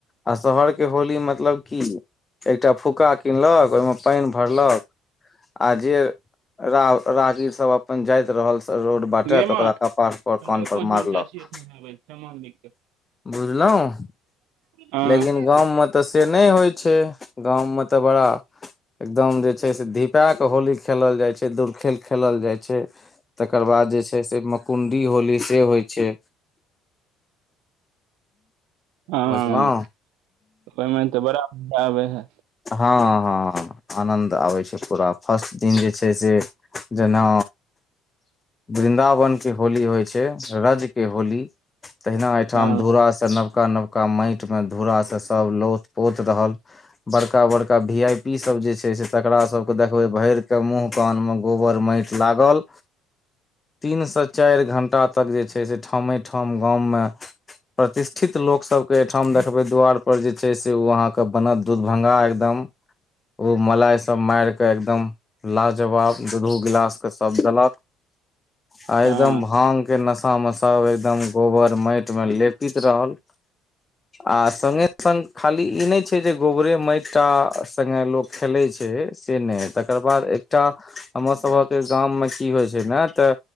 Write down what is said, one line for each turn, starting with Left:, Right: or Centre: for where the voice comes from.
Left: आ शहर के होली मतलब की एकटा फुका किनलक ओहिमे पानि भरलक आ जे र रागिर सब अपन जाइत रहल स रोड बाँटत
Right: गे
Left: <unintelligible>
Right: माँ
Left: ओकरा कपड़
Right: कनिटा
Left: पर कान पर
Right: पाँच मिनट
Left: मारलक
Right: चाची एहिठाम आबै छै सामान लिख कऽ
Left: बुझलहुँ,
Right: हँ
Left: लेकिन गाममे तऽ से नहि होइ छै। गाम में तऽ बड़ा एकदम छै से धीपाएके होली खेलल जाइ छै, दूरखेल खेलल जाइ छै। तकर बाद जे छै से मकुण्डी होली से होइ छै।
Right: हँ
Left: बुझलौ?
Right: ओहिमे तऽ बड़ब मजा <unintelligible> आबै है
Left: हां-हां-हां आनन्द आबैत छै पूरा फर्स्ट दिन जे छै से जेना वृन्दावनके होली होइ छै रजके होली तहिना एहिठाम
Right: हँ
Left: धूुरासँ नवका नवका माइट मे धूुरासँ सभ लौथ पोत रहल। बड़का बड़का भी आई पी सब जे छै से तकरा सब के देखबे भरि के मुंह कान में गोबर माइट लागल तीन से चारि घंटा तक जे छै से ठामठ ठाम गाममे प्रतिष्ठित लोक सबके एहिठाम देखबे दु्वार पर जे छै से ओ अहाँके बनल दूदभंगा एकदम ओ मलाइ सब मारिक एकदम लाजवाब दू-दू गिलास के सब देलक आ
Right: हँ
Left: एकदम भाग के नशा में सब एकदम गोबर माइट में लेपित रहल। आ संगे संग खाली ई नहि छै जे गोबरे माइट टा सङ्गे लोक खेलै छै से नहि तकर बाद एकटा हमर सभके गाम मे की होइ छै ने तऽ